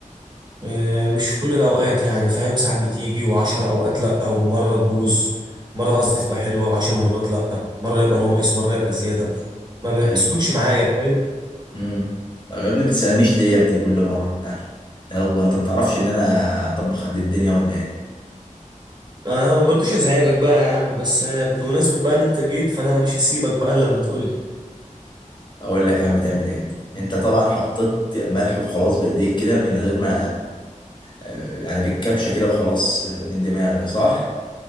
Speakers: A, on the right; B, on the left.
A: اه، مش في كل الاوقات يعني فاهم ساعات بتيجي وعشر اوقات لا ومره تبوظ مره قصدي تبقى حلوه وعشر مرات لا مره يبقى ناقص مره يبقى زياده ما
B: ايوه
A: بتظبطش معايا فاهم
B: امم طب يا ابني بتسألنيش ليه يا ابني كل مرة؟ قال يلا انت ما تعرفش ان انا اطبخ قد الدنيا ولا ايه؟
A: انا ما برضوش ازعجك بقى يا عم بس اه، بمناسبه بقى ان انت جيت فانا مش هسيبك بقى إلا لما تقولي
B: اقول لك يا عم تعمل ايه؟ انت طبعا حطيت ملح وخلاص بايديك كده من غير ما آه، يعني بالكبشة كده وخلاص آه، من دماغك صح؟